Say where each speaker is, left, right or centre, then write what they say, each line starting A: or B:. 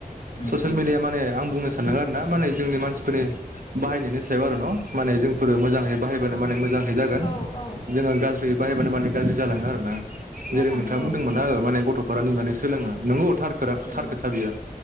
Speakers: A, on the left (about 35°); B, on the right (about 65°).
A: उम
B: ससियेल
A: उम
B: मिडिया माने आं बुंनो सानदों आरो ना माने जोंनि मानसिफोरनि बाहायनायनि सायाव आरो न' माने जोंफोरो मोजांङै बाहायबानो माने मोजांङै जागोन
A: औ औ
B: जोङो गाज्रियै बाहायबानो माने गाज्रि जालाङो आरो ना।
A: जालाङो
B: जेरै नोंथाङा बुंदोंमोन
A: औ औ
B: ओह माने गथ' नुनानै माने सोलोङो। थार खोथा
A: सोलोङो
B: बियो